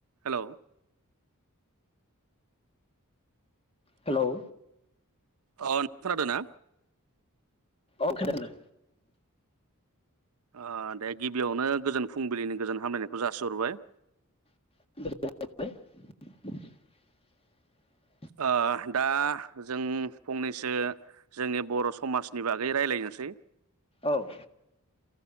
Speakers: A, on the right; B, on the left.
A: Hello
B: hello
A: अ नोंथां खोनादों ना?
B: अ खोनादों
A: ओ दे गिबियावनो गोजोन फुंबिलिनि गोजोन हामलायनायखौ जासिहरबाय।
B: <unintelligible>
A: ओ दा जों फंनैसो जोंनि बर' समाजनि बागै रायज्लायनोसै।
B: औ